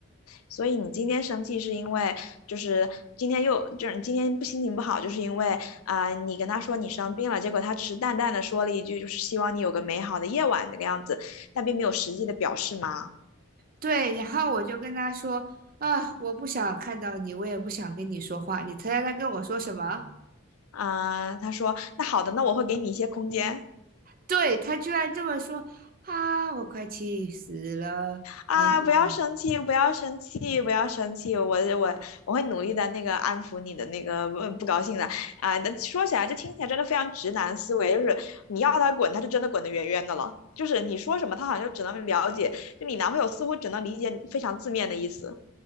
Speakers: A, on the left; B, on the right.
A: 所以你今天生气是因为就是今天又就是你今天不心情不好，就是因为啊、呃你跟他说你生病了，结果他只是淡淡的说了一句，就是希望你有个美好的夜晚那个样子，但并没有实际的表示吗？
B: 对，然后我就跟他说啊，我不想看到你，我也不想跟你说话，你猜猜他跟我说什么？
A: 啊、呃他说那好的，那我会给你一些空间。
B: 对，他居然这么说啊！我快气死了。
A: 啊，
B: 嗯，
A: 不要生气，不要生气，不要生气，我我我会努力的，那个安抚你的那个不不高兴的啊。那说起来，就听起来真的非常直男思维，就是你要他滚，他就真的滚得远远的了。就是你说什么，他好像就只能了解，就你男朋友似乎只能理解非常字面的意思。